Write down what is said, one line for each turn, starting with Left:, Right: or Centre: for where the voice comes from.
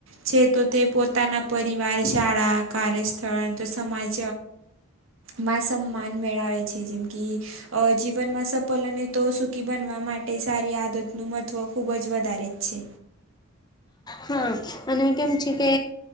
Right: છે તો તે પોતાના પરિવાર શાળા કાર્યસ્થળ તો સમાજ માં સમાન મેળવે છે જેમ કે અ જીવનમાં સફલ અને તો સુકીી બનવા માટે સારી આદતનું મહત્ત્વ ખૂબ જ વધારે જ છે.
Left: હા અને કેમ છે કે